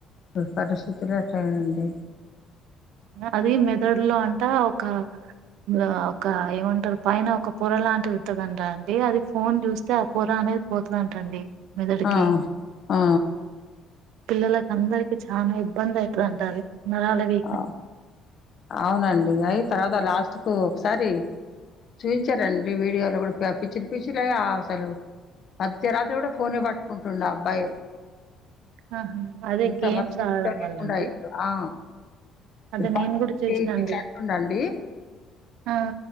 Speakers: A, on the left; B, on the right.
A: ఇప్పుడు పరిస్థితులు యటన్నాయండి
B: అది మెదడులో అంటా ఒక ఆ ఒక ఏమంటరు పైన ఒక పొర లాంటిది ఉంటదంటా అండి అది ఫోన్ చూస్తే ఆ పొర అనేది పోతదంట అండి మెదడుకి
A: ఆ! ఆ!
B: పిల్లలకందరికి చానా ఇబ్బంది అయితదంట అది నరాల వి
A: ఆ అవునండి అయి తర్వాత లాస్ట్‌కు ఒకసారి చూయించారండి వీడియోలో కూడా పిచ్చిలు పిచ్చిలై ఆ అసలు అర్ధరాత్రి కూడా ఫోనే పట్టుకుంటుండు ఆ అబ్బాయి
B: ఆహా అదే
A: అంత
B: గేమ్స్
A: మతిస్థిమితం
B: ఆడడం
A: లేకుండా
B: వల్ల అండి
A: అయిండు. ఆ
B: అదే
A: <unintelligible>
B: నేను కూడా చూసినండి
A: ఇట్లంటుండు అండి
B: ఆ